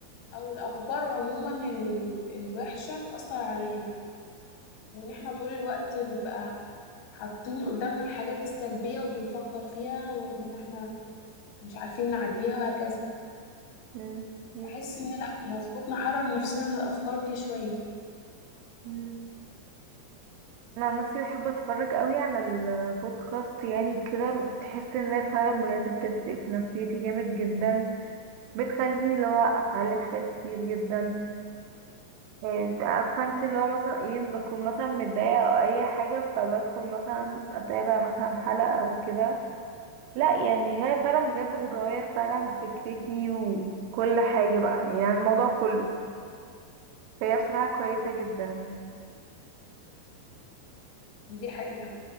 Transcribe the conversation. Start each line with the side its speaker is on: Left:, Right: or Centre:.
Left: او الاخبار عموما ال- الوحشة تأثر علينا وان احنا طول الوقت نبقى حاطين قدامنا الحاجات السلبية وبنفكر فيها وإن إحنا مش عارفين نعديها وهكذا
Right: مم، أكيد
Left: بحس إن لأ المفروض نحرر نفسنا من الأفكار دي شوية
Right: مم. انا عن نفسي بحب اتفرج قوي على البودكاست يعني وكده تحس انها فعلا بجد بتفرق في نفسيتي جامد جدا بتخليني اللي هو اتعلم حاجات كتير جدا إيه، عارفه انت اللي هو مثلا ايه بكون مثلا متضايقه او اي حاجه فبدخل مثلا اتابع مثلا حلقه او كده لا يعني هي فعلا بجد بتغير فعلا فكرتي وكل حاجه بقى يعني الموضوع كله فهي بصراحه كويسه جدا
Left: دي حقيقة